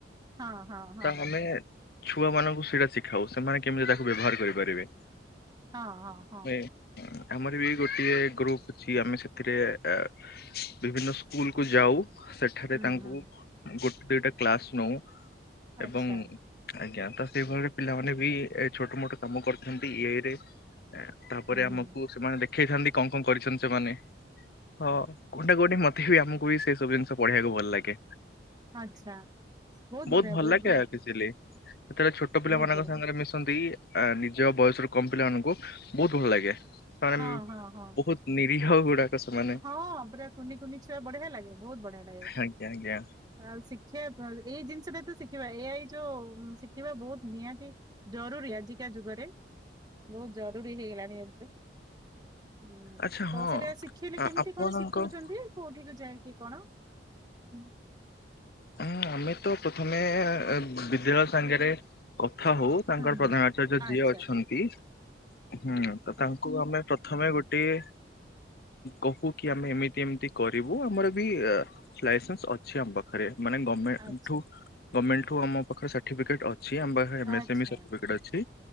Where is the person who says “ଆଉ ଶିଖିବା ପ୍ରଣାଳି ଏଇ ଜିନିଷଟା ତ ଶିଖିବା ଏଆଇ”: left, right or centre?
Right